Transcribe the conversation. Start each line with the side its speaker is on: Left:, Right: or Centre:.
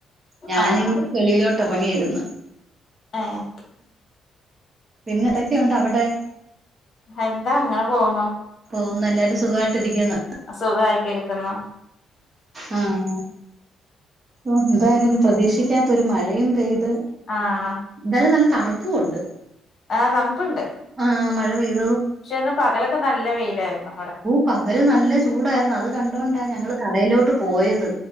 Right: ഞാനി
Left: ആഹ്
Right: വെളിയിലോട്ട് ഇറങ്ങിയിരുന്നു
Left: ആഹ്
Right: പിന്നെതൊക്കെയുണ്ട് അവടെ?
Left: എന്താ അങ്ങനെ പോവ്ന്ന്
Right: പോകുന്ന എല്ലാരും സുഖമായിട്ടിരിക്കുന്നു.
Left: സുഖ ആയിട്ടിരിക്കുന്നു
Right: ആഹ മ് എന്തായാലും പ്രതീക്ഷിക്കാത്തൊരു മഴയും പെയ്ത്
Left: ആഹ
Right: എന്തായാലും നല്ല തണുപ്പും ഉണ്ട്
Left: ആഹ തണുപ്പുണ്ട്
Right: ആഹ് മഴ പെയും
Left: പക്ഷേ, ഇന്ന് പകലൊക്കെ നല്ല വെയിലാരുന്നു.
Right: പകല് നല്ല ചൂടായിരുന്നു അത് കണ്ടോൊണ്ടാ ഞങ്ങൾ കടയിലോട്ട് പോയത്